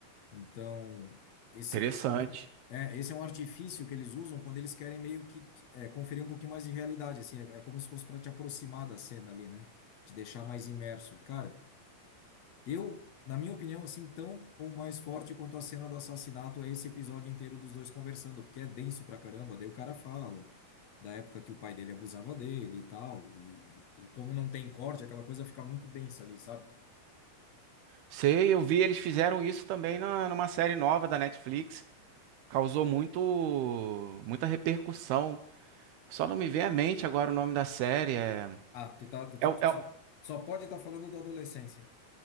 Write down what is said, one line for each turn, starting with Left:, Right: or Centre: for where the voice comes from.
Left: Então, esse,
Right: Interessante.
Left: esse é um, é, esse é um artifício que eles usam quando eles querem meio que é, conferir um pouquinho mais de realidade, assim, é, é como se fosse para te aproximar da cena ali, né? Te deixar mais imerso. E, cara, eu, na minha opinião, assim, tão ou mais forte quanto a cena do assassinato é esse episódio inteiro dos dois conversando, porque é denso pra caramba. Daí o cara fala da época que o pai dele abusava dele e tal, e, e como não tem corte, aquela coisa fica muito densa ali, sabe?
Right: Sei, eu vi, eles fizeram isso também na, numa série nova da Netflix. Causou muito, muita repercussão. Só não me vem à mente agora o nome da série. É,
Left: Ah, tu tá, tu, tu-
Right: é, o-
Left: tu
Right: é
Left: só,
Right: o-
Left: só pode estar falando da adolescência.